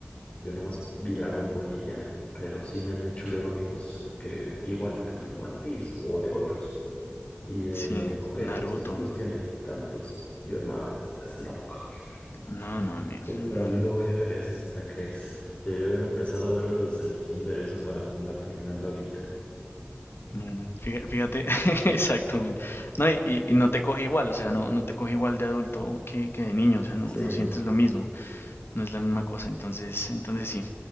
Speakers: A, on the left; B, on the left.
A: yo nomás vi Dragon Ball y ya, pero sí me han dicho luego amigos que igual que tu One Piece o de otros. Y de,
B: Sí,
A: ok,
B: Naruto.
A: ¿cuántos capítulos tiene? Tantos. Yo, no, estás loco. <laughs>
B: No, no, men,
A: En
B: no,
A: la vida
B: no, no.
A: voy a ver eso, hasta crees. Debí haber empezado a verlo desde el kinder, eso para andar terminando ahorita.
B: No, no, fíjate, fíjate, <laughs> exactamente. No, y, y- y no te coge igual, o sea, no, no te coge igual de adulto que, que de niño, o sea, no,
A: Sí,
B: no sientes
A: no,
B: lo mismo, no es la misma cosa, entonces, entonces sí,